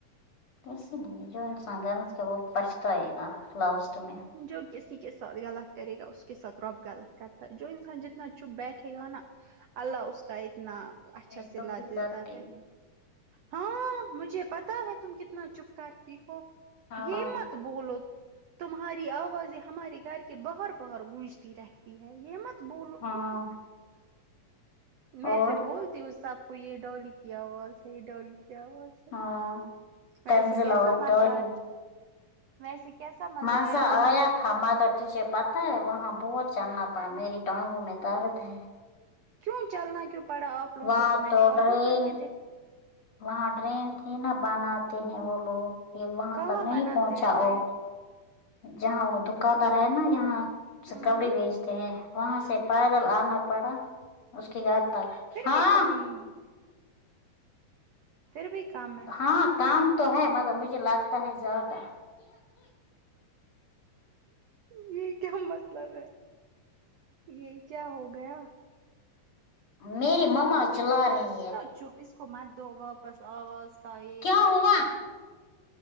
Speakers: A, on the left; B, on the right.
A: اسی لیے جو انسان غلط کیا وہ پچھتائے گا لاسٹ میں
B: جو کسی کے ساتھ غلط کرے گا اس کے ساتھ رب غلط کرتا ہے جو انسان جتنا چپ بیٹھے گا ناں اللہ اس کا اتنا اچھا
A: میں
B: صلہ
A: تو بھی
B: دیتا
A: کرتی
B: ہے پھر
A: ہوں
B: ہاں مجھے پتا ہے تم کتنا چپ کرتی ہو
A: ہاں
B: یہ مت بولو تمہاری آوازیں ہمارے گھر کے باہر باہر گونجتی رہتی ہے یہ مت بولو
A: ہاں
B: تم میں
A: اور
B: پھر بولتی ہوںسب کو یہ ڈولی کی آواز ہے یہ ڈولی کی آواز
A: ہاں
B: ویسے
A: تنزیل
B: کیسا
A: اور
B: مزہ
A: ڈولی
B: ہے ویسے کیسا
A: مزہ
B: گھوم
A: آیا تھا مگر تجھے پتہ ہے وہاں بہت چلنا پڑا میری ٹانگوں میں درد ہے
B: کیوں چلنا کیوں پڑا آپ لوگوں
A: وہاں
B: کو تو میں نے آٹو
A: ڈرین
B: کر کے دے
A: وہاں ڈرین تھی ناں بناتے ہیں وہ لوگ یہ وہاں
B: کہاں
A: تک نہیں
B: بناتے
A: پہنچا
B: ہیں ٹرین
A: وہ جہاں وہ دکاندار ہے ناں یہاں سے
B: ہ
A: کپڑی بیچتے ہیں وہاں سے پیدل آنا پڑا اس کی گاڑ تک
B: پھر
A: ہاں
B: بھی کم ہے پھر بھی کم ہے
A: ہاں کام تو ہے مگر مجھے لگتا ہے زیادہ
B: ام یہ کیا مطلب ہے یہ کیا ہو گیا
A: میری مما چلارہی ہے
B: جو بھی اس کو مت دو واپس آواز کا آئی
A: کیا ہوا